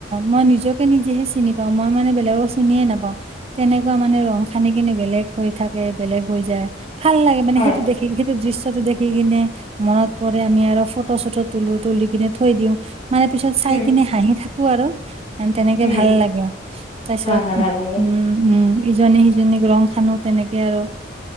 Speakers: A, on the right (about 35°); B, on the left (about 35°).
A: মই নিজকে নিজেহে চিনি পাও মই মানে বেলেগক চিনিয়ে নাপাও, তেনেকুৱা মানে ৰং খান কিনে বেলেগ হৈ থাকে বেলেগ হৈ যায়, ভাল লাগে মানে
B: হয়
A: সেইটো দেখি সেইটো দৃশ্যটো দেখি কিনে মনত পৰে আমি আৰু ফটো চটো তলো তুলি কিনে থৈ দিওঁ। মানে পিছত চাই
B: উম
A: কিনেি হাঁহি থাকো আৰু। তেনেকে
B: উম
A: ভাল লাগে আৰু, তাৰ পিছত
B: হয় হয় ভাল লাগে
A: উম উম। ইজনী সিজনীক ৰং খানো তেনেকে আৰু,